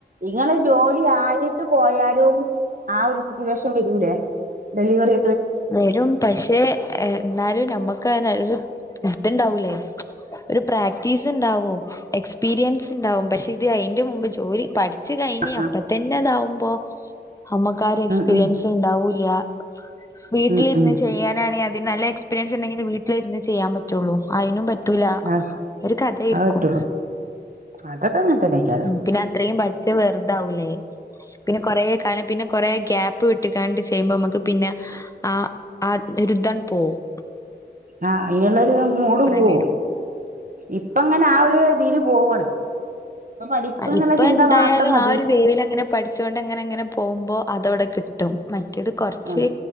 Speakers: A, on the right; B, on the left.
A: ഇങ്ങൾ ജോലി ആയിട്ട് പോയാലും ആഹ് ഒരു സിറ്റുവേഷൻ വരൂലേ ഡലിവറി
B: വരും പക്ഷെ ഏഹ് എന്നാലും നമ്മക്ക് <unintelligible> ഇണ്ടാവൂലേ ഒരു പ്രാക്ടീസ് ഇണ്ടാവും എക്സ്പീരിയൻസ് ഇണ്ടാവും പക്ഷെ ഇ ഇത് അയിന്റെ മുമ്പ് ജോലി പഠിച്ച് കഴിഞ്ഞ്
A: ആ
B: അപ്പ
A: ആ
B: തന്നെ അതാവുമ്പോ നമ്മക്ക് ആഹ് ഒരു എക്സ്പീരിയൻസ്
A: ഉം ഉം
B: ഉണ്ടാവൂല്ല വീട്ടിലിരുന്ന്
A: ഉം ഉം
B: ചെയ്യാനാണെ പിന്നെ നല്ല എക്സ്പീരിയൻസ് ഇണ്ടെങ്കിൽ വീട്ടിൽ ഇര്ന്ന് ചെയ്യാൻ പറ്റൊള്ളൂ അയിനും പറ്റ് റ്റൂല
A: അത്
B: ഒരു കഥയിരിക്കും
A: അത് പറ്റുള്ളൂ അതൊക്കെ അങ്ങൻതന്നെക്കാ
B: ഉം പിന്നെ അത്രയും പഠിച്ച വെറുതാവൂലേ പിന്നെ കൊറേ കാലം പിന്നെ കൊറേ ഗ്യാപ്പ് വിട്ട്കാണ്ട് ചെയ്യുമ്പോ നമ്മക്ക് പിന്നെ ആഹ് ആഹ് ഒരുദ്ധങ്ങട്ട് പോകും
A: ആഹ് അയിനുള്ളൊരു മൂട് പോവോ
B: വിടും
A: ഇപ്പ അങ്ങനെ ആഹ് ഒരു ഇതില് പോവാണ് ഇപ്പൊ പഠിപ്പ്
B: ആഹ്
A: എന്നുള്ള
B: ഇപ്പൊ
A: ചിന്ത
B: എന്തായാലും
A: മാത്രം മതി
B: ആഹ് ഒരു വേവിലങ്ങനെ പഠിച്ചോണ്ട് ങ്ങനെ ങ്ങനെ പോകുമ്പോ അതവിടെ കിട്ടും മറ്റേത് കൊർച്ച്
A: ആ